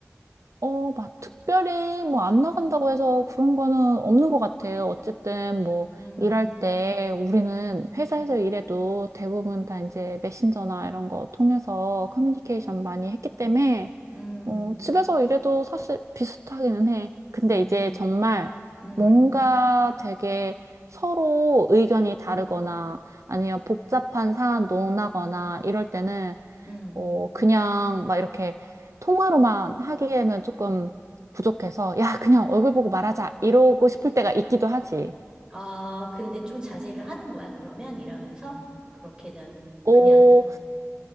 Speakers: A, on the right (about 80°); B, on the right (about 15°).
A: 어, 막 특별히 뭐 안 나간다고 해서 그런 거는 없는 것 같아요. 어쨌든 뭐
B: 음,
A: 일할 때 우리는 회사에서 일해도 대부분 다 이제 메신저나 이런 거 통해서 커뮤니케이션 많이 했기 때문에
B: 음,
A: 어, 집에서 일해도 사실 비슷하기는 해. 근데
B: 음,
A: 이제 정말
B: 음,
A: 뭔가 되게 서로 의견이 다르거나 아니면 복잡한 사안 논하거나 이럴 때는
B: 음.
A: 어, 그냥 막 이렇게 통화로만 하기에는 조금 부족해서, 야, 그냥 얼굴 보고 말하자. 이러고 싶을 때가 있기도 하지.
B: 아, 근데 좀 자제를 하는 거야, 그러면? 일하면서? 그렇게는
A: 어,
B: 그냥,